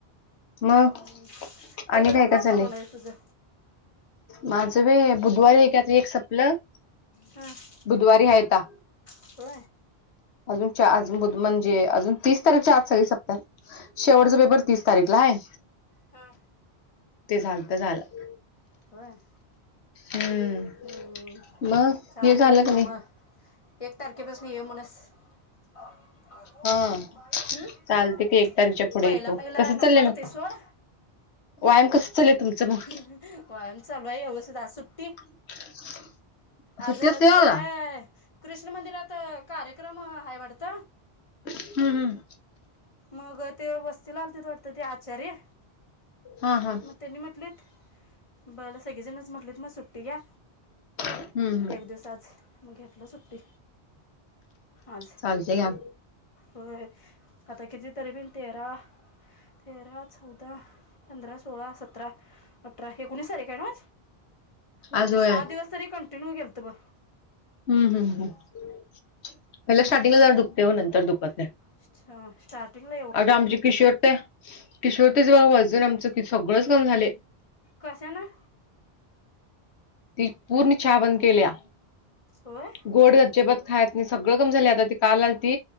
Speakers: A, on the left; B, on the left.
A: मग
B: हम्म
A: आणि
B: एकदम
A: काय काय
B: का
A: चाललंय
B: चालवणार तुझं
A: माझं वे बुधवारी हे कात एक सपलं.
B: हम.
A: बुधवारी हयता.
B: हो
A: अजून अज म्हणजे अजून तीस तारीखच्या आज सगळी सप्ताह. शेवटचा पेपर तीस तारीखला आहे.
B: हा.
A: ते चालत झालं.
B: होय.
A: हम्म
B: हम्म
A: मग
B: चालतेिक
A: हे झालं की
B: मम
A: नाही
B: एक तारखेपासून ये म्हणस. हम्
A: हा चालते की एक तारीखच्या पुढे
B: पहिला
A: येतो
B: पहिला
A: कसं
B: नको
A: चाललंय
B: वाटतंय
A: मग
B: सोड..
A: व्यायाम कस चाल तुमचं मग
B: वय चचाल आहेगसध सुट्टी.
A: <unintelligible> <inaudible>
B: आज
A: सुट्टी असते
B: तिथं
A: का हम्म
B: काय कृष्ण मंदिरात कार्यक्रम आहे वातट.
A: हम्म हम्म
B: मग ते वस्ती ला आलती वाटत ते आचार्य
A: हा हा
B: म त्यांनी म्हटलेत बला सगळेजणच म्हटलेत मग सुट्टी घ्या..
A: हम्म हम्म
B: एक दिवस आज मग घेतलं सुट्टी आज
A: चालते घ्या
B: हो आता कितीतरी बिन तेरा तेरा चौदा पंधरा सोळा सतरा अठरा एकोणीस तारीख आहे ना. म्हणजे
A: आज होय
B: सहा दिवस तरी कंटिन्यू गेल तर ब
A: हम्म हम्म हम् पहिला स्टार्टिंगला जा दुखते हो नंतर दुखतल्या
B: अच्छा स्टार्टिंग!
A: आता आमचे किशोर ते किशोर तेच बा वजन आमचं सगळंच कम झाले.
B: कसें ना.
A: ती पूर्ण छाबन केल्या.
B: होय.
A: गोड गजबत खा नाही सगळं क झाली आ ती काल त